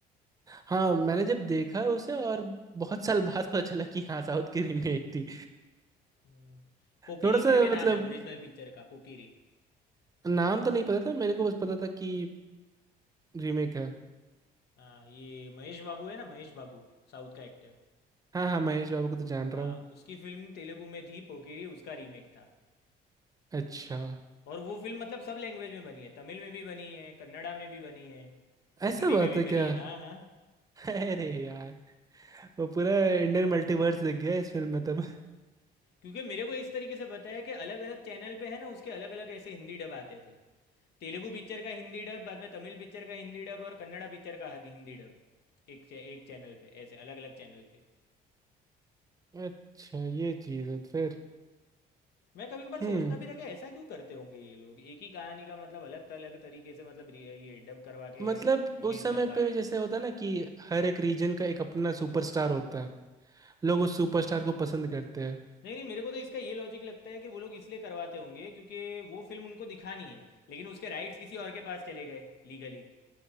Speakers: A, on the right (about 20°); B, on the left (about 75°).
A: हाँ मैंने जब देखा उसे और बहुत साल बाद पता चला कि हाँ साउथ की रीमेक थी
B: हम्म, पोकिरी
A: थोड़ा सा
B: करके
A: मतलब
B: नाम है ओरिजिनल पिक्चर का पोकिरी
A: नाम तो नहीं पता था मेरे को बस पता था कि रीमेक है
B: हाँ ये महेश बाबू है ना महेश बाबू साउथ का एक्टर
A: हाँ हाँ महेश बाबू को तो जान रहा
B: हाँ
A: हूँ
B: उसकी फिल्म तेलुगु में थी पोकिरी उसका रीमेक था
A: अच्छा
B: और वो फिल्म मतलब सब लैंग्वेज में बनी है तमिल में भी बनी है कन्नड़ा में भी बनी है
A: ऐसा
B: हिंदी
A: बात
B: में भी
A: है
B: बनी
A: क्या
B: है हाँ हाँ
A: <laughs> अरे यार वो पूरा इंडियन मल्टीवर्स दिख गया इस फिल्म में तब
B: क्योंकि मेरे को इस तरीके से बताया कि अलग अलग चैनल पे है ना उसके अलग अलग ऐसे हिंदी डब आते थे तेलुगु पिक्चर का हिंदी डब बाद में तमिल पिक्चर का हिंदी डब और कन्नड़ा पिक्चर का हद- हिंदी डब एक चे- एक चैनल पे ऐसे अलग अलग चैनल पे
A: अच्छा ये चीज है फिर
B: मैं कभी कभार सोचता
A: हम्म
B: भी था कि ऐसा क्यों करते होंगे ये लोग एक ही कहानी का मतलब अलग अलग तरीके से मतलब रि- ये डब करवा के
A: मतलब
B: रिलीज
A: उस समय
B: करवा
A: पे
B: रहे हैं
A: जैसे होता है ना कि हर एक रीजन का एक अपना सुपरस्टार होता है लोग उस सुपरस्टार को पसंद करते हैं
B: नहीं नहीं मेरे को तो इसका ये लॉजिक लगता है कि वो लोग इसलिए करवाते होंगे क्योंकि वो फिल्म उनको दिखानी है लेकिन उसके राइट्स किसी और के पास चले गए लीगली